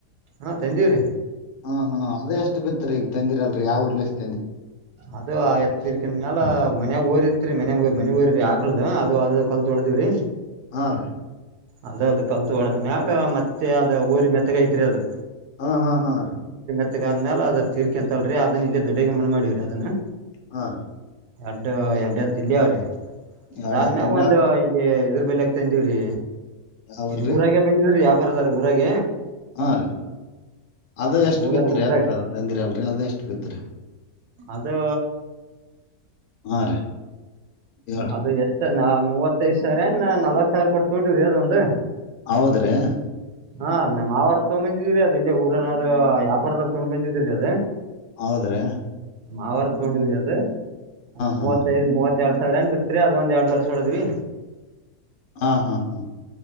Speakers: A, on the right; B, on the left.
A: ಹಾ ತಂದಿವ್ರಿ
B: ಹಾ ಹಾ ಅದೇ ಎಷ್ಟು ಬಿತ್ರಿ ಈಗ ತಂದಿರಲ್ರಿ ಯಾವರ್ಲಿ ಎಷ್ಟ
A: ಅದು ಆ ಎತ್ರಿಕನ್ ಮ್ಯಾಲ ಮನ್ಯಾಗ ಓರಿರ್ತ್ರಿ ಮನೆ ಮನಿ ಒರಿರೀ ಆಕಳದ ಅದು ಅದ ಕಲ್ತ್ ಹೊಡೆದೀವಿ ರೀ
B: ಹಾ ರಿ
A: ಅಂದು ಅದು ಕಲ್ತು ಹೊಡದ್ ಮ್ಯಾಗ ಮತ್ತೆ ಅದ ಹೊರಿ ಮೆತ್ತಗೈತ್ರಿ ಅದು.
B: ಹಾ ಹಾ ಹಾ ರೀ
A: ಮೆತ್ತಗಾದ ಮೇಲೆ ಆದ್ಮೇ ಅದ ತಿರಿಕ ಅಂತ ಅಲ್ರಿ ಅದನ್ನ ಇಲ್ಲಿ ದೊಡ್ಡ್ಯಾಗ್ ಮಣ್ಣು ಮಾಡವ್ರರಿ ಅದನ್ನು
B: ಹಾ ರೀ
A: ಎರಡು ಎರಡ್ತ್ ಇಲ್ಲಿ ಅವ್ರಿ ಅದ
B: ಎರಡ್ ಎತ್ತಿಲ್ಲ
A: ಒಂದು ಇಲ್ಲಿ ಇದ್ರ ಬೆಲೆ ತಂದೀವ್ರೀ
B: ಯಾವ್ರಿ
A: ಇ ಊರಾಗೆ ಬಂದಿದ್ರಿ ಯಾಪಾರದಾರ ಊರಾಗ
B: ಹಾ ರೀ ಅದ
A: ಅವ್ರ
B: ಎಷ್ಟು
A: ಊರ
B: ಬಿತ್ತರಿ
A: ಊರಾಗ
B: ಎತ್ತದ ತಂದಿರ ಅಲ್ರಿ ಅದ ಎಷ್ಟು ಬಿತ್ತರಿ
A: ಅದು
B: ಹಾ ರೀ ಹೇಳ್ರಿ
A: ಅದು ಎಷ್ಟ ನಾ ಮೂವತ್ತೈದ್ ಸಾವಿರ ಏ ನಾ ನಲ್ವತ್ ಸಾವಿರ ಕೊಟ್ಟ ತೊಗೊಂಡೀವಿ ಅದು ಒಂದು
B: ಹೌದ್ರೀ
A: ಹಾ ನಮ್ ಮಾವರದು ತಗೊ ಬಂದಿದಿವಿರಿ ಅದ ಇಲ್ಲೇ ಊರನವ್ ಯ್ಯಾಪಾರದರ್ ತಗೊಂಡ್ ಬಂದಿದ್ರರಿ ಅದ
B: ಹೌದ್ರೀ
A: ಮಾವಾರ ತೊಂಡಿದರಿ ಅದ ಅದು ಮೂವತ್ತೈದು
B: ಹಾ ರೀ
A: ಮೂವತ್ತ. ಎರಡ್ ಸಾವಿರ ಏನ್ ಬಿತ್ರಿ ಅದ ಒಂದ್ ಯಾಡ್ ವರ್ಷ ಹೊಡಿದ್ವಿ.
B: ಹಾ ಹಾ ಹಾ